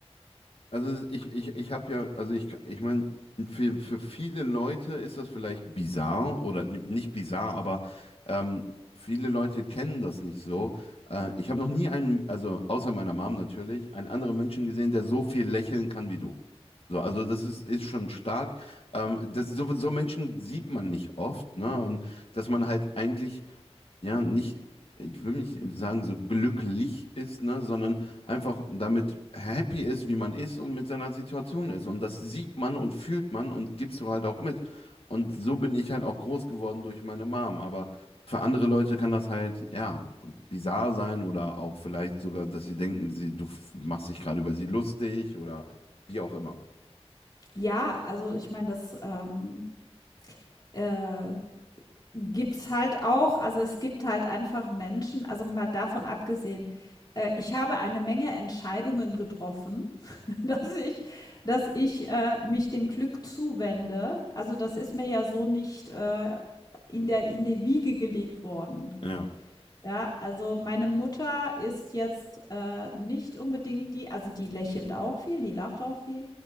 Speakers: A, on the left (about 60°); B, on the left (about 40°).
A: Also ich, ich, ich habe ja, also ich, ich meine, für, für viele Leute ist das vielleicht bizarr oder n- nicht bizarr, aber ähm, viele Leute kennen das nicht so. Äh, ich habe noch nie einen, also außer meiner Mom natürlich, einen anderen Menschen gesehen, der so viel lächeln kann wie du. So, also das ist, ist schon stark. Ähm, das, so, so Menschen sieht man nicht oft, ne? Und dass man halt eigentlich ja, nicht, ich will nicht sagen, so glücklich ist, ne, sondern einfach damit happy ist, wie man ist und mit seiner Situation ist. Und das sieht man und fühlt man und gibst du halt auch mit. Und so bin ich halt auch groß geworden durch meine Mom. Aber für andere Leute kann das halt, ja, bizarr sein oder auch vielleicht sogar, dass sie denken, sie, du f- machst dich gerade über sie lustig oder wie auch immer.
B: Ja, also ich meine, das ähm, äh, Gibt's halt auch. Also, es gibt halt einfach Menschen also, mal davon abgesehen, äh, ich habe eine Menge Entscheidungen getroffen, <laughs> dass ich dass ich, äh, mich dem Glück zuwende. Also, das ist mir ja so nicht, äh, in der in die Wiege gelegt worden.
A: Ja.
B: Ja, also meine Mutter ist jetzt, äh, nicht unbedingt die also die lächelt auch viel, die lacht auch viel,